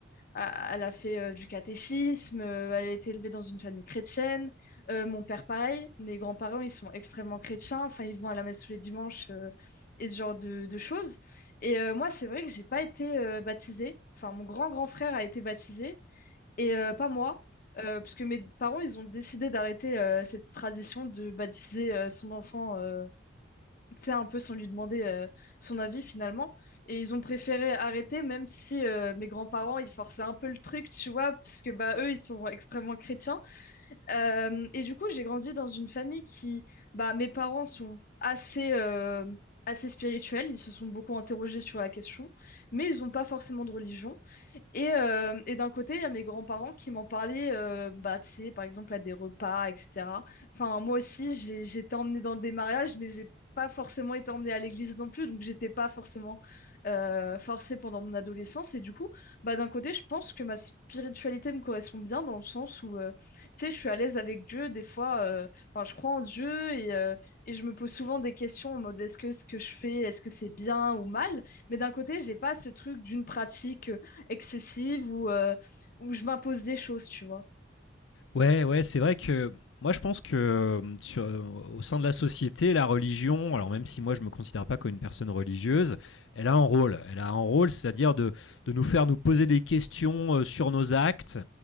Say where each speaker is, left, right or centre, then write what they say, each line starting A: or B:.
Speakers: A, on the left (about 50°); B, on the left (about 85°).
A: a- elle a fait euh, du catéchisme, euh, elle a été élevée dans une famille chrétienne. Euh, mon père, pareil. Mes grands-parents, ils sont extrêmement chrétiens. Enfin, ils vont à la messe tous les dimanches euh, et ce genre de, de choses. Et euh, moi, c'est vrai que j'ai pas été euh, baptisée. Enfin, mon grand-grand frère a été baptisé et euh, pas moi. Euh, puisque mes parents, ils ont décidé d'arrêter euh, cette tradition de baptiser euh, son enfant euh, tu sais, un peu sans lui demander euh, son avis finalement. Et ils ont préféré arrêter, même si euh, mes grands-parents, ils forçaient un peu le truc, tu vois, parce que bah, eux, ils sont extrêmement chrétiens. Euh, et du coup, j'ai grandi dans une famille qui, bah, mes parents sont assez... euh, assez spirituels, ils se sont beaucoup interrogés sur la question, mais ils n'ont pas forcément de religion. Et, euh, et d'un côté, il y a mes grands-parents qui m'en parlaient, euh, bah, tu sais, par exemple, à des repas, etc. Enfin, moi aussi, j'ai, j'ai été emmenée dans des mariages, mais j'ai pas forcément été emmenée à l'église non plus, donc j'étais pas forcément euh, forcée pendant mon adolescence. Et du coup, bah, d'un côté, je pense que ma spiritualité me correspond bien dans le sens où, euh, tu sais, je suis à l'aise avec Dieu des fois. euh, Enfin, je crois en Dieu et, euh, et je me pose souvent des questions en mode est-ce que ce que je fais, est-ce que c'est bien ou mal? Mais d'un côté, j'ai pas ce truc d'une pratique euh, excessive ou euh, où je m'impose des choses, tu vois.
B: Ouais, ouais, c'est vrai que moi je pense que euh, sur- euh, au sein de la société, la religion, alors même si moi je me considère pas comme une personne religieuse, elle a un rôle. Elle a un rôle, c'est-à-dire de, de nous faire nous poser des questions euh, sur nos actes,